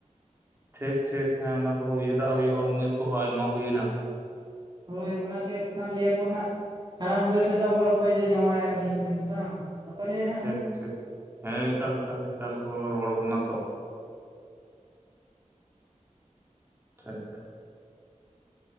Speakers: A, on the right (about 20°); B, on the right (about 35°).
A: ᱴᱷᱤᱠ ᱴᱷᱤᱠ ᱦᱮᱸ ᱚᱱᱟ ᱠᱚᱦᱚᱸ ᱩᱭᱦᱟᱹᱨᱟᱜ ᱦᱩᱭᱩᱜᱼᱟ ᱩᱢᱮᱨ ᱠᱚᱦᱚᱸ ᱟᱭᱢᱟ ᱦᱩᱭᱱᱟ
B: ᱦᱳᱭ ᱚᱱᱟᱜᱮ ᱮᱠᱷᱟᱱ ᱞᱟᱹᱭᱟᱠᱚ ᱦᱟᱸᱜ ᱦᱟᱲᱟᱢ ᱵᱚᱭᱥ ᱨᱮᱫᱚ ᱟᱵᱟᱨ ᱚᱠᱚᱭ ᱡᱟᱶᱟᱭᱼᱟ ᱩᱱᱤ ᱴᱷᱮᱱ ᱵᱟᱝ ᱵᱟᱠᱚ ᱞᱮᱭᱟ ᱦᱟᱜ
A: ᱴᱷᱤᱠ ᱴᱷᱤᱠ ᱦᱮᱸ ᱮᱠᱟᱞ ᱮᱠᱟᱞ ᱠᱚ ᱨᱚᱲ ᱵᱚᱱᱟ ᱛᱚ ᱴᱷᱤᱠ